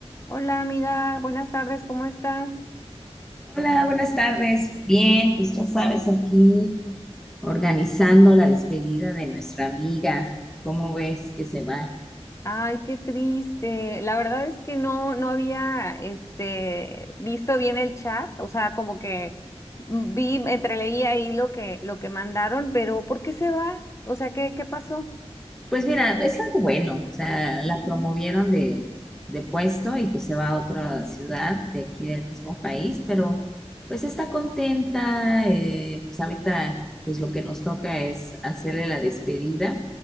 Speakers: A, on the left; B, in the centre.
A: Hola amiga, buenas tardes, ¿cómo estás?
B: Hola, buenas tardes. Bien, pues ya sabes, aquí organizando la despedida de nuestra amiga. ¿Cómo ves que se va?
A: Ay, qué triste. La verdad es que no, no había este, visto bien el chat, o sea, como que mm, vi, entreleí ahí lo que, lo que mandaron, pero ¿por qué se va? O sea, ¿qué, qué pasó?
B: Pues mira, es algo bueno. O sea, la
A: Ujú.
B: promovieron de, de puesto y pues se va a otra ciudad de aquí del mismo país, pero pues está contenta. eh, pues ahorita, pues lo que nos toca es hacerle la despedida.